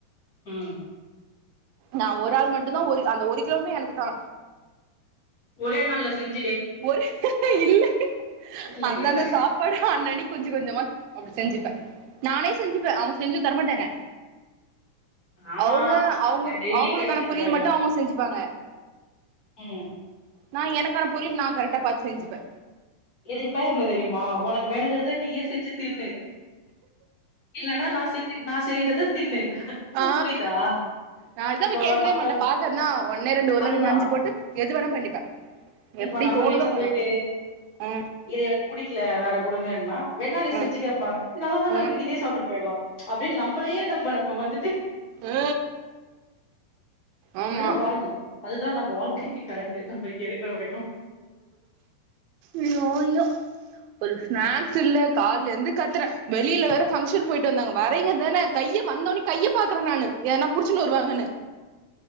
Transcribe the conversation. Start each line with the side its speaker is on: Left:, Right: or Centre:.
Left: ம்
Right: நா ஒரு ஆள் மட்டுந்தா ஒரு அந்த ஒரு கிலோவுமே எனக்கு தா
Left: ஒரே நாள்ல செஞ்
Right: ஒரே இல்ல
Left: இல்ல
Right: அந்தந்த
Left: கேட்டே
Right: சாப் படு அன் அன்னக்கி கொஞ்ச கொஞ்சமா அப்டி செஞ்சுப்ப நானே செஞ்சுப்ப அவுங்க செஞ்சு தரமாட்டாங்க
Left: ஆமா
Right: அவுங்க அவுங்க
Left: டெய்லியு
Right: அவுங்குளுக்கான
Left: கேட்டா செஞ்சுருவாய்ங்களா
Right: பொரிய மட்டு அவுங்க செஞ்சுப்பாங்க
Left: ம்
Right: நா எனக்கான பொரியல் நா கரெக்டா பாத்து செஞ்சுப்ப
Left: இதுக்கு பேர் ன்ன தெரிய்மா ஒனக்கு வேணுங்கற்த நீயே செஞ்சு தின்னு இல்லனா நா செஞ்சு நா செய்யிறத தின்னு
Right: ஆ
Left: புரியுதா
Right: நா அதுக் தா
Left: இப்போ
Right: பேய் கேக்கவே
Left: நம்ம
Right: மாட்ட பாக்கற்னா ஒன்னே ரெண்டு உர்ளக்கழங்க
Left: அதுதா
Right: அர்ஞ்சு போட்டு எது வேணாப் பண்ணிப்ப
Left: இப்போ
Right: எப்டி
Left: நம்ம
Right: தோணுதோ
Left: வீட்ல
Right: பண்ணுவ
Left: போயிட்டு
Right: அ
Left: இது எனக் புடிக்கில வேற குடுங்கன்னா வெண்ணா நீ
Right: ம்
Left: செஞ்சுக்கம்பாங்க இது நல்லாதானருக்கு
Right: ம்
Left: இதே சாப்ட்ரு போயிற்லா அப்டின் நம்மளயே நம்ம நம்ம வந்துட்டு
Right: உ ஆமா
Left: அப்டிதா வாழணு அதுதா நம்ப வாழ்க்கைக்கு கரெக்ட்டு நம்ப இங்க இருக்குற வரைக்கு
Right: ஐயோ ஐயோ ஒரு ஸ்நேக்ஸ் இல்ல கால்லேர்ந்து கத்துற வெளில வேற ஃபங்க்ஷன்க் போயிட்டு வந்தாங்க வரைங்கதன கைய வந்த ஒனே கைய பாக்குற நானு எதனா புடிச்சுன்னு வருவாங்கன்னு